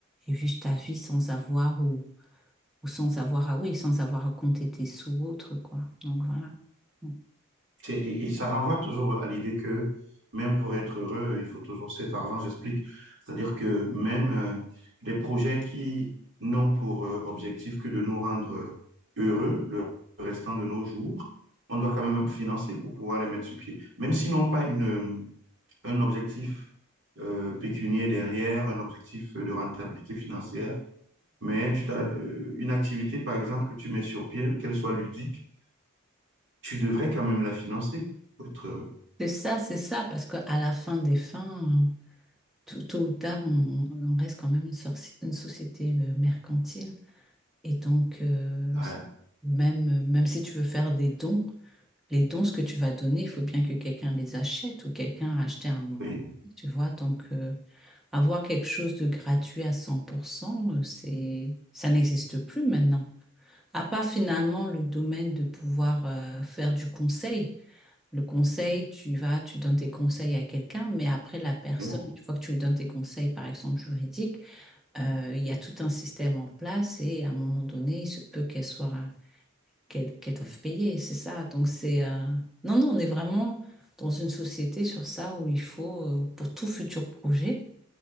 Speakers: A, in the centre; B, on the right.
A: et vivre ta vie sans avoir ou ou sans avoir à, oui, sans avoir à compter tes sous ou autre, quoi. Donc voilà. Mm.
B: C'est- Et, et ça renvoie toujours à l'idée que même pour être heureux, il faut toujours cet argent, j'explique. C'est-à-dire que même euh, des projets qui n'ont pour euh, objectif que de nous rendre heureux le restant de nos jours, on doit quand même financer pour pouvoir les mettre sur pied. Même s'ils n'ont pas une un objectif euh, pécunier derrière, un objectif de rentabilité financière, mais tu t'as, euh, une activité, par exemple, que tu mets sur pied, qu'elle soit ludique, tu devrais quand même la financer pour être heureux.
A: C'est ça, c'est ça, parce qu'à la fin des fins, euh, Tout- tôt ou tard, on, on reste quand même une, sorci- une société euh, mercantile. Et donc, euh,
B: Ouais,
A: même, même si tu veux faire des dons, les dons, ce que tu vas donner, il faut bien que quelqu'un les achète ou quelqu'un a acheté à un moment.
B: oui,
A: Tu vois, donc euh, avoir quelque chose de gratuit à 100%, euh, c'est, ça n'existe plus maintenant. À part finalement le domaine de pouvoir euh, faire du conseil. Le conseil, tu vas, tu donnes tes conseils à quelqu'un, mais après la personne,
B: oui,
A: une fois que tu lui donnes tes conseils, par exemple juridiques, euh, il y a tout un système en place et à un moment donné, il se peut qu'elle soit, qu'elle, qu'elle doive payer, c'est ça. Donc c'est, euh, non, non, on est vraiment dans une société sur ça où il faut, euh, pour tout futur projet,